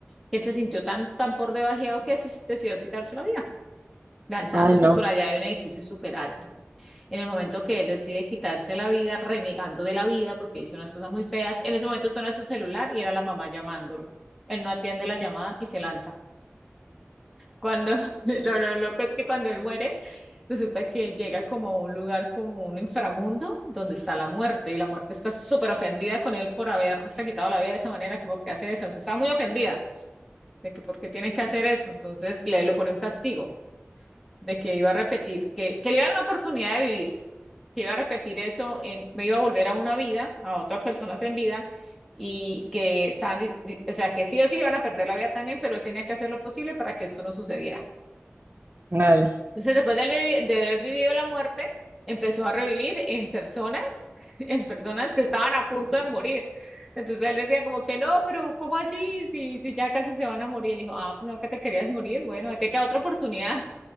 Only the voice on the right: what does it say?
Ay, no,
órale.